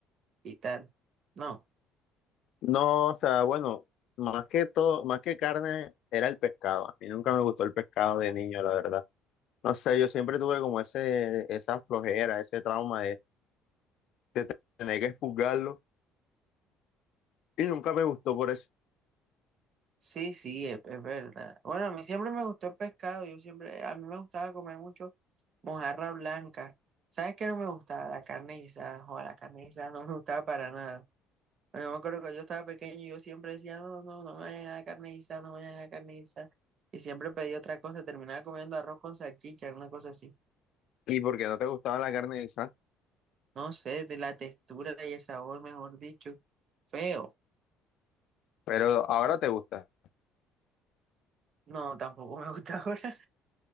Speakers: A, on the right; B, on the left.
A: y tal? No.
B: No, o sea, bueno, más que todo, más que carne, era el pescado. A mí nunca me gustó el pescado de niño, la verdad. No sé, yo siempre tuve como ese, esa flojera, ese trauma de, de tener que expurgarlo y nunca me gustó por eso.
A: Sí, sí, es, es verdad. Bueno, a mí siempre me gustó el pescado. Yo siempre, a mí me gustaba comer mucho mojarra blanca. ¿Sabes qué no me gustaba? La carne guisada. Joder, la carne guisada no me gustaba para nada. Bueno, me acuerdo que yo estaba pequeño y yo siempre decía, no, no, no me vayan a dar carne guisada, no me vayan a dar carne guisada. Y siempre pedí otra cosa, terminaba comiendo arroz con salchicha, una cosa así.
B: Y porque no te gustaba la carne guisa,
A: No sé, de la textura y el sabor, mejor dicho. Feo.
B: pero ahora te gusta.
A: No, tampoco me <laughs> gusta ahora.